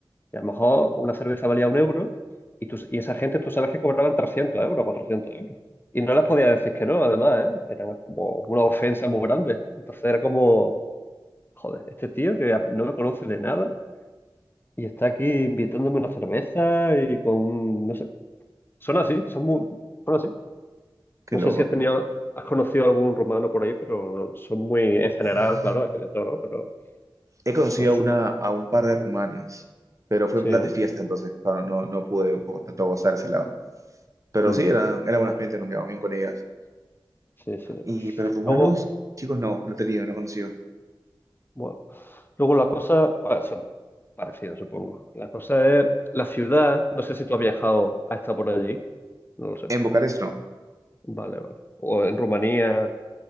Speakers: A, on the left; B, on the right.
A: Y a lo mejor una cerveza valía un euro y, tú- y esa gente tú sabes que cobraban 300 euros, 400 euros. Y no les podía decir que no, además, ¿eh? Eran como una ofensa muy grande. Entonces era como, joder, este tío que no me conoce de nada y está aquí invitándome una cerveza y con, un- no sé, son así, son muy, bueno, así
B: Qué
A: No
B: loco.
A: sé si has tenido, has conocido algún rumano por ahí, pero son muy, en general,
B: Mm.
A: claro, hay que de todo, ¿no? Pero
B: He conocido
A: son súper,
B: a una, a un par de rumanas, pero fue
A: sí,
B: en plan
A: ¿eh?
B: de fiesta, entonces, claro, no, no pude por tanto gozar ese lado. Pero
A: Mm,
B: sí, eran, era buena gente, nos llevamos bien con ellas.
A: sí, sí.
B: Y, pero rumanos,
A: Luego...
B: chicos, no, no he tenido, no he conocido.
A: Bueno, luego la cosa, bueno, son parecidas, supongo. La cosa es la ciudad. No sé si tú has viajado, has estado por allí. No lo sé.
B: En Bucarest no.
A: Vale, vale. O en Rumanía.